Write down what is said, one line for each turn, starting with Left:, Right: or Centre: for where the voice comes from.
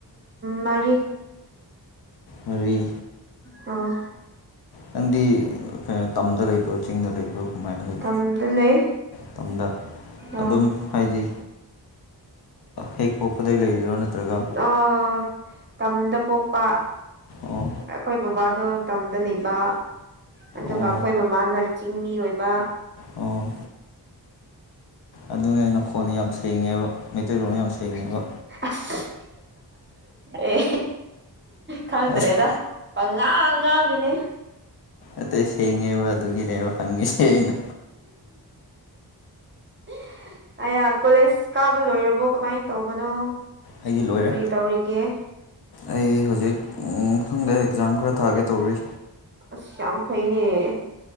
Right: ꯃꯔꯤ
Left: ꯃꯔꯤ
Right: ꯑ
Left: ꯅꯪꯗꯤ ꯀꯩꯅꯣ ꯇꯝꯗ ꯂꯩꯕ꯭ꯔꯣ ꯆꯤꯡꯗ ꯂꯩꯕ꯭ꯔꯣ ꯀꯃꯥꯏꯅ ꯂꯩꯕ
Right: ꯎꯗ ꯂꯩ
Left: ꯃꯇꯝꯗ
Right: ꯑꯥ
Left: ꯑꯗꯨꯝ ꯍꯥꯏꯗꯤ ꯍꯦꯛ ꯄꯣꯛꯄꯗ ꯂꯩꯔꯣ ꯅꯠꯇ꯭ꯔꯒ
Right: ꯑꯥ ꯇꯝꯗ ꯄꯣꯛꯄ
Left: ꯑꯣ
Right: ꯑꯩꯈꯣꯏ ꯕꯕꯥꯗꯣ ꯇꯝꯗ ꯂꯩꯕ ꯑꯗꯨꯒ
Left: ꯑꯣ
Right: ꯑꯩꯈꯣꯏ ꯃꯃꯥꯅ ꯆꯤꯡꯃꯤ ꯑꯣꯏꯕ
Left: ꯑꯣ ꯑꯗꯨꯅꯦ ꯅꯈꯣꯟꯗ ꯌꯥꯝ ꯁꯦꯡꯉꯦꯕ ꯃꯩꯇꯩꯔꯣꯟ ꯌꯥꯝ ꯁꯦꯡꯉꯦꯕ
Right: ꯑꯁ ꯑꯦ ꯈꯪꯗ꯭ꯔꯦꯗ
Left: ꯑꯁ
Right: ꯄꯉꯥꯡ ꯉꯥꯡꯤꯅꯦ
Left: ꯑꯇꯩ ꯁꯦꯡꯉꯦꯕ ꯑꯗꯨꯒꯤꯅꯦꯕ ꯍꯪꯉꯤꯁꯦ ꯑꯩꯅ
Right: <inaudible> ꯑꯌꯥ ꯀꯣꯂꯦꯖ ꯀꯥꯕ ꯂꯣꯏꯔꯕꯣ ꯀꯃꯥꯏꯅ ꯇꯧꯕꯅꯣ
Left: ꯑꯩꯗꯤ ꯂꯣꯏꯔꯦ
Right: ꯀꯔꯤ ꯇꯧꯔꯤꯒꯦ
Left: ꯑꯩ ꯍꯧꯖꯤꯛ ꯃꯊꯪꯗ ꯑꯦꯛꯖꯥꯝ ꯈꯔ ꯊꯥꯒꯦ ꯇꯧꯔꯤ
Right: ꯑꯁ ꯌꯥꯝ ꯐꯩꯅꯦ